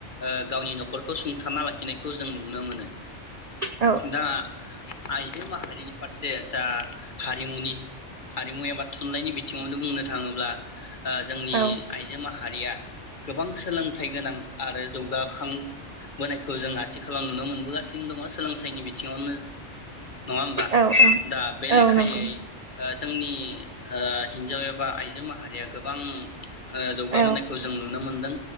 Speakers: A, on the left (about 45°); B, on the right (about 50°).
A: ओ गावनि न'खरखौ सुं फोथांना लाखिखौ जों नुबोदों। नुनो मोनो नोंथांआ
B: औ
A: आइजो माहारिखौ। हारिनि फारसे जा हारिमुनि हारिमु एबा थुनलाइनि बिथिङावनो बुं थाङोब्ला जोंनि
B: औ
A: आइजो माहारिया माहारिया गोबां सोलोंथाइ गोनां आरो जौगाखांबोनायखौ जों आथिखालाव नुनो मोनबोगासिनो दङ सोलोंथाइनि बिथिङावनो नङा होमबा
B: औ
A: दा बे
B: औ
A: लेखायै
B: नंगौ
A: जोंनि ओ हिनजाव एबा आइजो माहारिया गोबां जौगाबोनायखौ
B: औ
A: जों नुनो मोन्दों